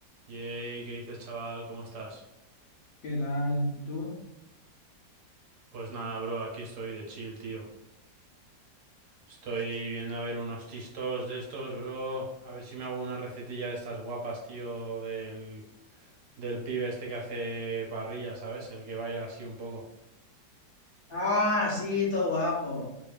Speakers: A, on the right (about 65°); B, on the left (about 55°).
A: Yay, ¿qué dices, chaval? ¿Cómo estás?
B: ¿Qué tal? ¿Y tú?
A: Pues nada, bro, aquí estoy de chill, tío. Estoy viendo a ver unos tistos de estos, bro. A ver si me hago una recetilla de estas guapas, tío, del, del pibe este que hace parrilla, ¿sabes? El que baila así un poco.
B: Ah, sí, todo guapo.